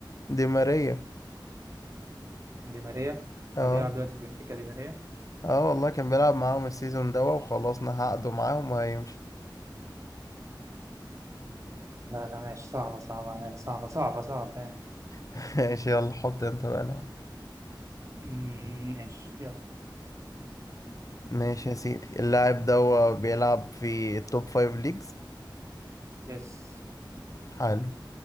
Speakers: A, on the left (about 45°); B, on the right (about 40°).
A: دي ماريا
B: دي ماريا
A: اه
B: هو بيلعب دلوقتي في بنفيكا دي ماريا
A: اه والله كان بيلعب معاهم السيزون ده وخلصنا عقده معاهم وهيمشي
B: لا لا ماشي صعبة صعبة عليا صعبة صعبة صعبة يعني
A: <laughs> ماشي يلا حط انت بقى لاعب
B: أمم، ماشي يلا
A: ماشي يا سيدي اللاعب ده هو بيلعب في التوب فايف ليجز
B: يس
A: حلو